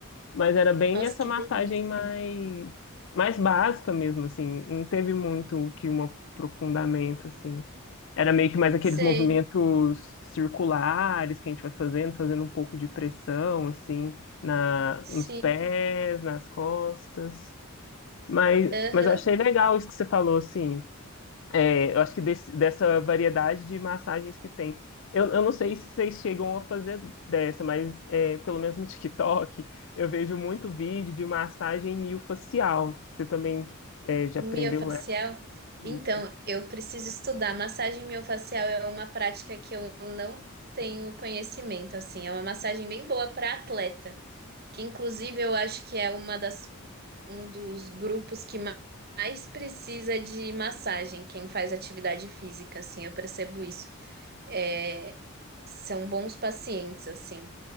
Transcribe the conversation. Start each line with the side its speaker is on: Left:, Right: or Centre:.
Left: mas era bem
Right: Nossa,
Left: essa
Right: que
Left: massagem
Right: delícia.
Left: mais mais básica mesmo, assim, não teve muito que um aprofundamento assim. Era meio que mais aqueles
Right: Sei,
Left: movimentos circulares que a gente vai fazendo, fazendo um pouco de pressão, assim, na,
Right: sim.
Left: nos pés, nas costas. Mas,
Right: Aham.
Left: mas eu achei legal isso que você falou, assim. É, eu acho que desse- dessa variedade de massagens que tem. Eu, eu não sei se vocês chegam a fazer dessa, mas é, pelo menos no <laughs> TikTok eu vejo muito vídeo de massagem miofacial. Você também é, já
Right: Miofacial?
Left: aprendeu essa? isso?
Right: Então, eu preciso estudar. Massagem miofacial é uma prática que eu não tenho conhecimento, assim. É uma massagem bem boa para atleta, que inclusive eu acho que é uma das, um dos grupos que ma- mais precisa de massagem, quem faz atividade física, assim, eu percebo isso. É, são bons pacientes, assim.